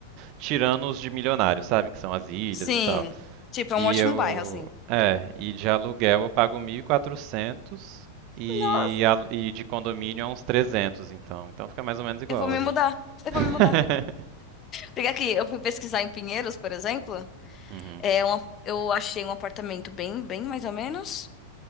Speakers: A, on the right (about 45°); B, on the left (about 30°).
A: tirando os de milionários, sabe? Que são as ilhas
B: Sim.
A: e tal.
B: Tipo,
A: E
B: é um ótimo
A: eu.
B: bairro, assim.
A: É, e de aluguel eu pago mil e, quatrocentos e,
B: Nossa,
A: a- e de condomínio é uns 300, então. Então fica mais ou menos igual
B: eu vou me
A: aí.
B: mudar. Eu
A: <laughs>
B: vou me mudar. Porque aqui, eu fui pesquisar em Pinheiros, por exemplo,
A: Uhum,
B: é uma, eu achei um apartamento bem, bem mais ou menos,